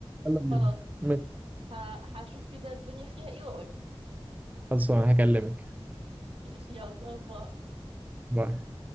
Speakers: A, on the right; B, on the right.
A: يلا بينا
B: خلاص
A: ماشي،
B: ه- هشوف كده الدنيا فيها ايه واقول
A: خلصان هكلمك
B: ماشي يلا باي
A: باي